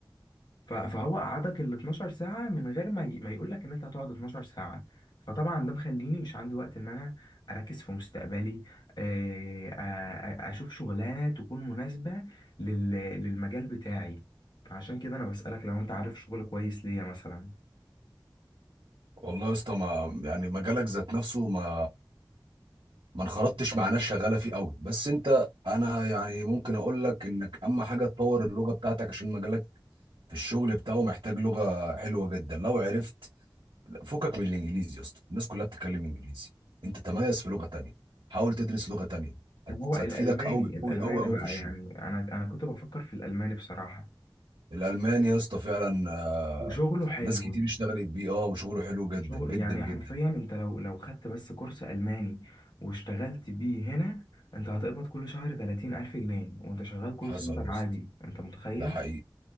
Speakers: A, on the left (about 60°); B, on the right (about 80°).
A: ف- فهو قعدك ال 12 ساعة من غير ما ي... ما يقول لك ان انت هتقعد 12 ساعة فطبعا ده مخليني مش عندي وقت ان انا اركز في مستقبلي آه، آه، اشوف شغلانة تكون مناسبة لل... للمجال بتاعي فعشان كده انا بسألك لو انت عارف شغل كويس ليا مثلا
B: والله يا اسطى ما يعني مجالك ذات نفسه ما ما انخرطتش مع ناس شغاله فيه قوي بس انت انا يعني ممكن اقول لك انك اهم حاجه تطور اللغه بتاعتك عشان مجالك في الشغل بتاعه محتاج لغه حلوه جدا لو عرفت فكك من الانجليزي يا اسطى الناس كلها بتتكلم انجليزي انت تميز في لغه تانية حاول تدرس لغه تانية
A: ما
B: هت-
A: هو الالماني
B: هتفيدك قوي
A: الالماني
B: قوي قوي قوي
A: بقى
B: في الشغل
A: يعني انا انا كنت بفكر في الالماني بصراحة
B: الالماني يا اسطى فعلا آه،
A: وشغله حلو
B: ناس كتير اشتغلت بيه اه وشغله حلو جدا
A: شغل
B: جدا
A: يعني
B: جدا
A: حرفيا انت لو لو خدت بس كورس ألماني واشتغلت بيه هنا انت هتقبض كل شهر 30000 جنيه وانت شغال كول
B: حصل
A: سنتر
B: يا
A: عادي
B: اسطى
A: انت متخيل
B: ده حقيقي